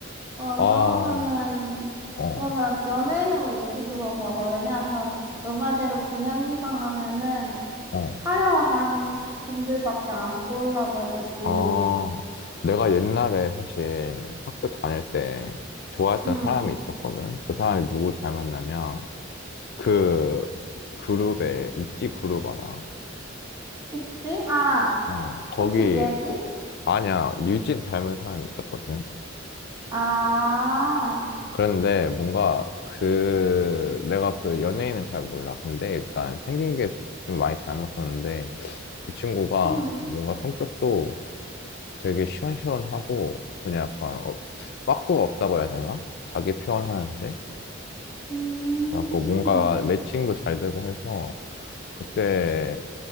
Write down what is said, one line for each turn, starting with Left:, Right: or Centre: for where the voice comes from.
Right: 어,
Left: 아.
Right: 그러면은,
Left: 어,
Right: 그러면 연예인으로 예시 들어봐봐. 왜냐하면, 너 말대로 고향이상 하면은,
Left: 어.
Right: 화려한 분들밖에 안 떠올라가지고,
Left: 아, 내가 옛날에 사실 학교 다닐 때 좋아했던
Right: 응,
Left: 사람이 있었거든. 그 사람이 누굴 닮았나면 그 그룹에 있지 그룹 알아?
Right: 있지? 알아.
Left: 어, 거기
Right: 혹시 예지?
Left: 아니야. 류진 닮은 사람이 있었거든.
Right: 아,
Left: 그런데 뭔가 그 내가 그 연예인은 잘 몰라. 근데 일단 생긴 게 좀 많이 닮았었는데 그 친구가
Right: 응.
Left: 뭔가 성격도 되게 시원시원하고 그냥 약간 어, 빠꾸가 없다고 해야 되나? 자기 표현하는데
Right: 음.
Left: 그래갖고 뭔가 매칭도 잘 되고 해서 그때